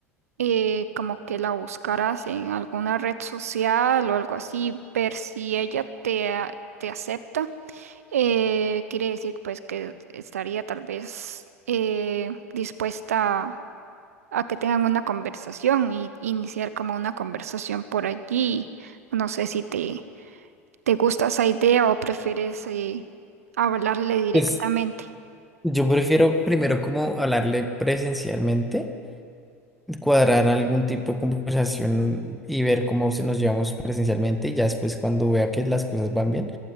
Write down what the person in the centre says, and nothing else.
Pues yo prefiero primero como hablarle presencialmente, cuadrar algún tipo de conversación y ver cómo se nos llevamos presencialmente y ya después cuando vea que las cosas van bien.